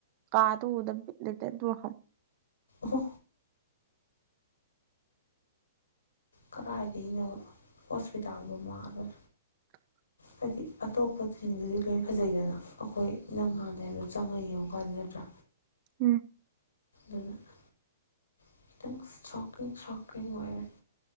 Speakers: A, on the right; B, on the left.
A: ꯀꯥ ꯇꯗ ꯕꯤꯠ ꯂꯤꯇꯦ ꯇ
B: ꯍ ꯀꯗꯥꯏꯗꯒꯤꯩꯅꯣ ꯍꯣꯁꯄꯤꯇꯥꯜꯐ ꯃꯥꯥꯡꯂꯣꯏ
A: <unintelligible>
B: ꯍꯥꯏꯗꯤ ꯑꯇꯣꯞꯄꯁꯤꯡꯗꯨꯗꯤ ꯂꯣꯏ ꯐꯖꯩꯗꯅ ꯑꯩꯈꯣꯏ ꯅꯪ ꯍꯥꯟꯗꯦ ꯍꯥꯏꯕꯗꯣ ꯆꯪꯉꯒ ꯌꯦꯡꯉꯨꯀꯥꯟꯗ ꯅꯠꯇ꯭ꯔꯥ
A: ꯎꯝ
B: ꯑꯗꯨꯗ ꯈꯤꯇꯪ ꯁꯀꯤ ꯁꯣꯛꯀꯤꯡ ꯑꯣꯏꯔꯔ